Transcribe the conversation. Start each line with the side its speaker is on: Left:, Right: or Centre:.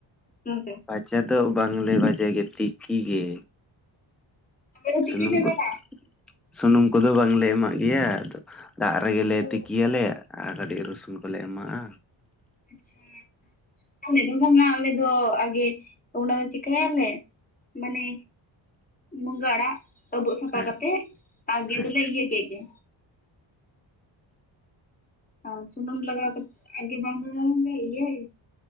Left: ᱵᱟᱝ ᱥᱮ᱾
Centre: ᱵᱷᱟᱡᱟ ᱫᱚ ᱵᱟᱝᱞᱮ ᱵᱷᱟᱡᱟᱭ ᱜᱮᱭᱟ ᱛᱤᱠᱤ ᱜᱮ᱾
Left: ᱟᱯᱮ ᱫᱚ
Centre: ᱥᱩᱱᱩᱢ
Left: ᱛᱤᱠᱤ ᱯᱮ
Centre: ᱠᱚ
Left: ᱵᱮᱱᱟᱣᱟ
Centre: ᱥᱩᱱᱩᱢ ᱠᱚᱫᱚ ᱵᱟᱝᱞᱮ ᱮᱢᱟᱜ ᱜᱮᱭᱟ ᱟᱫᱚ᱾ ᱫᱟᱜ ᱨᱮᱜᱮᱞᱮ
Left: ᱚ
Centre: ᱛᱤᱠᱤᱭᱟᱞᱮ ᱟᱨ ᱠᱟᱴᱤᱜ ᱨᱚᱥᱩᱱ ᱠᱚᱞᱮ ᱮᱢᱟᱜ-ᱟ᱾
Left: ᱟᱪᱷᱟ᱾ ᱟᱞᱮ ᱫᱚ ᱵᱟᱝᱟ ᱟᱞᱮ ᱫᱚ ᱟᱜᱮ ᱚᱱᱟ ᱫᱚ ᱪᱤᱠᱟᱹᱭᱟᱞᱮ ᱢᱟᱱᱮ᱾ ᱢᱩᱝᱜᱟᱹ ᱟᱲᱟᱜ ᱟᱵᱩᱜ ᱥᱟᱯᱷᱟ
Centre: ᱦᱮᱸ
Left: ᱠᱟᱛᱮᱜ ᱟᱜᱮ
Centre: ᱦᱮᱸ
Left: ᱫᱚᱞᱮ ᱤᱭᱟᱹ ᱠᱮᱜ ᱜᱮ᱾ ᱟᱨ ᱥᱩᱱᱩᱢ ᱞᱟᱜᱟᱣ ᱠᱟᱛ ᱟᱜᱮ ᱵᱟᱝ ᱫᱚ ᱵᱟᱝ ᱞᱮ ᱤᱭᱟᱹᱭ